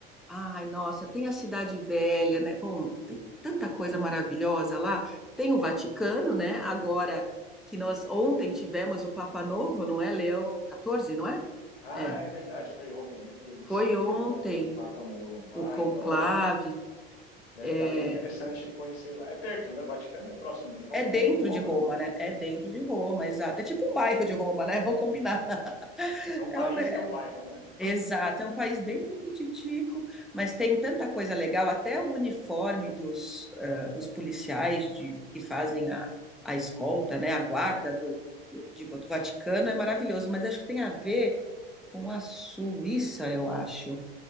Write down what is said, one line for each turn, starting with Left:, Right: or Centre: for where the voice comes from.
Centre: Ai, nossa, tem a Cidade Velha, né? Bom, tem tanta coisa maravilhosa lá. Tem o Vaticano, né? Agora que nós ontem tivemos o Papa Novo, não é? Leão XIV, não é?
Left: Ah,
Centre: É,
Left: é verdade, foi ontem, né, que eles
Centre: foi
Left: escolheram
Centre: ontem
Left: o, o Papa novo.
Centre: o
Left: Ah,
Centre: conclave.
Left: então deve, deve
Centre: É,
Left: estar bem interessante de conhecer lá. É perto, né? O Vaticano é próximo de Roma,
Centre: é dentro
Left: é dentro de Roma?
Centre: de Roma, né? É dentro de Roma, exato. É tipo
Left: Hum.
Centre: um bairro de Roma, né? Vamos combinar. <laughs>
Left: É um
Centre: É
Left: país
Centre: um
Left: que é um bairro, né?
Centre: Exato, é um país bem piquititico, mas tem tanta coisa legal, até o uniforme dos, eh, dos policiais de, que fazem a, a escolta, né, a guarda do, do, de- do Vaticano é maravilhoso, mas acho que tem a ver com a Suíça, eu acho.